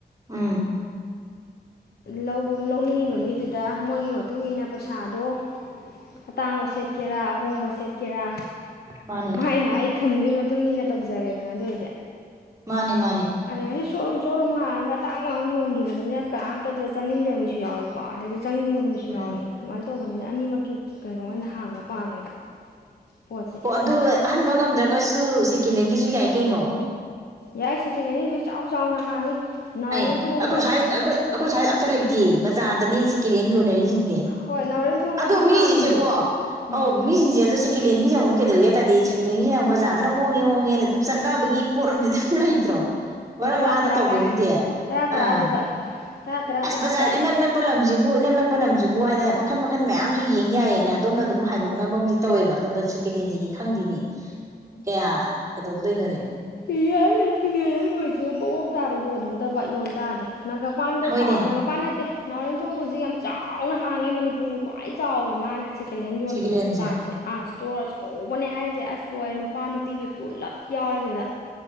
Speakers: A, on the right (about 20°); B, on the left (about 70°).
A: ꯎꯝ
B: ꯂꯩꯕ ꯂꯧꯅꯤꯡꯉꯤꯕ ꯃꯤꯗꯨꯗ ꯃꯣꯏꯒꯤ ꯃꯇꯨꯡꯏꯟꯅ ꯄꯩꯁꯥꯗꯣ ꯑꯇꯥꯡꯕ ꯁꯦꯠꯀꯦꯔꯥ ꯑꯍꯣꯡꯕ ꯁꯦꯠꯀꯦꯔꯥ
A: ꯃꯥꯅꯦ
B: ꯃꯥꯥꯏ ꯃꯥꯥꯏ ꯈꯝꯗꯨꯏ ꯃ ꯃꯇꯨꯡ ꯏꯟꯅ ꯇꯧꯖꯔꯦꯗꯅ ꯑꯗꯨ ꯑꯣꯏꯔꯗꯤ
A: ꯃꯥꯅꯦ
B: ꯃꯥꯅꯤ
A: ꯃꯥꯅꯦ
B: ꯃꯥꯅꯤ ꯑꯗꯩ ꯉꯁꯤ ꯁꯣꯔꯨꯝ ꯁꯣꯔꯨꯝ ꯍꯥꯡꯉꯒ ꯑꯇꯥꯡꯕ ꯉꯥꯛ ꯌꯣꯟꯒꯤꯕꯅꯤꯅ ꯀꯥ ꯇ ꯑꯗꯨꯗ ꯆꯪꯅꯤꯡꯗꯕ ꯃꯤꯁꯨ ꯌꯥꯎꯋꯤꯀꯣ ꯑꯗꯒꯤ ꯆꯪꯅꯤꯡꯕ ꯃꯤꯁꯨ
A: ꯎꯝ
B: ꯌꯥꯎꯋꯤ ꯑꯗꯨꯃꯥꯏꯅ ꯇꯧꯕꯅꯤꯅ ꯑꯅꯤꯃꯛꯀꯤ ꯀꯩꯅꯣ ꯑꯣꯏꯅ ꯍꯥꯡꯕ ꯄꯥꯝꯃꯦꯕ ꯄꯣꯠꯁꯦ
A: ꯑꯣ ꯑꯗꯨ ꯑꯍꯟꯕ ꯉꯝꯗ꯭ꯔꯒꯁꯨ ꯁꯦꯀꯦꯜ ꯍꯦꯟꯒꯤꯁꯨ ꯌꯥꯏ ꯀꯩꯅꯣ
B: ꯌꯥꯏ ꯁꯦꯀꯦꯜ ꯍꯦꯟꯒꯤꯁꯨ ꯍꯧꯖꯤꯛ ꯆꯥꯎꯅ ꯍꯥꯡꯉꯤ ꯅꯥꯎꯔꯦꯝ
A: ꯑꯥꯏ
B: ꯊꯣꯡꯗ
A: ꯑꯈꯣꯏ ꯁ꯭ꯋꯥꯏ ꯑꯈꯣꯏ ꯁꯥꯏꯗ ꯑꯝ ꯇ ꯂꯩꯇꯦ ꯕꯖꯥꯔꯗꯅꯤ ꯁꯦꯀꯦꯜ ꯍꯦꯟ ꯌꫭꯟꯅꯔꯤꯁꯤꯡꯁꯦ
B: ꯍꯣꯏ ꯅꯥꯎꯔꯦꯝ ꯊꯣꯡꯗ
A: ꯑꯗꯨ
B: ꯑꯃ ꯍꯥꯡꯉꯤ
A: ꯃꯤꯁꯤꯡꯁꯦꯀꯣ ꯑꯧ
B: ꯎꯝ
A: ꯃꯤꯁꯤꯡꯁꯦ ꯑꯗꯨ ꯁꯦꯀꯦꯟꯒꯤꯁꯤ‌ ꯑꯃꯨꯛ ꯀꯩꯗꯧꯒꯦ ꯍꯥꯏꯇꯥꯔꯗꯤ ꯁꯦꯀꯦꯟꯒꯤꯁꯤꯅ ꯕꯥꯖꯥꯔꯗꯅ ꯍꯣꯡꯉꯦ ꯍꯣꯡꯉꯦ ꯑꯗꯨꯝ ꯆꯠꯅꯕꯒꯤ ꯄꫭꯠ ꯑꯝꯗꯤ ꯗꯨꯝ ꯂꯩꯇ꯭ꯔꯣ
B: ꯍꯣꯏ
A: ꯃꯔꯛ
B: ꯇꯔꯥ
A: ꯃꯍꯥꯗ
B: ꯇꯔꯥ
A: ꯇꯧꯕꯕꯨꯗꯤ
B: ꯀꯥꯏ
A: ꯑꯥ
B: ꯇꯔꯥ ꯇꯔꯥꯗꯨꯗ ꯇꯔꯥ ꯇꯔꯥ
A: ꯑꯁ
B: ꯇꯔꯥ
A: ꯕꯖꯥꯔ
B: ꯇꯔꯥ ꯍꯥꯏꯅ
A: ꯏꯅꯛ ꯅꯛꯄ ꯂꯝꯁꯤꯕꯨ ꯏꯅꯛ ꯅꯛꯄ ꯂꯝꯁꯤꯕꯨ ꯍꯥꯏꯗꯅ ꯃꯈꯟ ꯃꯈꯟ ꯃꯌꯥꯝꯁꯨ ꯌꯦꯡ ꯌꯥꯏꯌꯦꯅ ꯑꯗꯣꯝꯅ ꯑꯗꯨꯝ ꯍꯥꯏꯗꯣꯛꯅꯕ ꯑꯃꯗꯤ ꯇꯧꯋꯦꯕ ꯑꯗꫭ ꯁꯦꯀꯦꯟ ꯍꯦꯟꯁꯤꯗꯤ ꯈꯪꯗꯦꯅꯦ ꯀꯌꯥ ꯀꯗꯧꯒꯗꯣꯏꯅꯣꯅꯦ
B: ꯏ ꯌꯥꯏ ꯁꯤꯒꯦꯈꯣꯏꯁꯨ ꯕꯋꯣꯛ ꯇꯥꯔ ꯌꯣꯟꯒꯗꯕ ꯌꯣꯟ ꯇꯥꯔꯗꯤ ꯅꯒꯥꯄꯥꯟꯗ
A: ꯍꯣꯏꯅꯦ
B: ꯆ ꯒꯄꯥꯟ ꯅꯠꯇꯦ ꯅꯥꯎꯔꯦꯝꯊꯣꯡꯗ ꯍꯧꯖꯤꯛ ꯌꯥꯝ ꯆꯥꯎꯅ ꯍꯥꯡꯉꯦ ꯃꯅꯤꯄꯨꯔꯒꯤ ꯈ꯭ꯋꯥꯏ ꯆꯥꯎꯋꯦ ꯃꯥꯅ ꯀꯦꯂꯍꯦꯟ ꯌꯣꯟꯕꯗ
A: ꯁꯦꯀꯦꯂꯦꯟꯁꯦ
B: ꯗꯨꯀꯥꯟꯁꯦ ꯑꯁ ꯇꯧ ꯑꯆꯧꯕꯅꯦ ꯍꯥꯏꯁꯦ ꯑꯁ ꯂꯣꯏꯔꯦ ꯅꯨꯄꯥ ꯅꯨꯄꯤꯒꯤ ꯄꯨꯜꯂꯞ ꯌꯥꯎꯔꯦꯗꯨꯗ